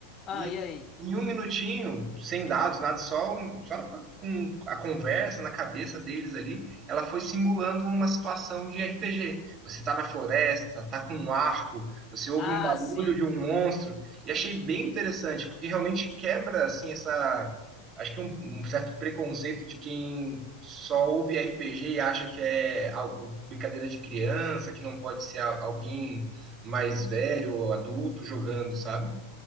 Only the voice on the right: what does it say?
E
em um minutinho, sem dados, nada, só, só com a conversa na cabeça deles ali, ela foi simulando uma situação de RPG. Você tá na floresta, tá com um arco, você ouve
um barulho
de um monstro, e achei bem interessante, porque realmente quebra, assim, essa... Acho que um, um certo preconceito de quem só ouve RPG e acha que é algo- brincadeira de criança, que não pode ser a- alguém mais velho ou adulto jogando, sabe?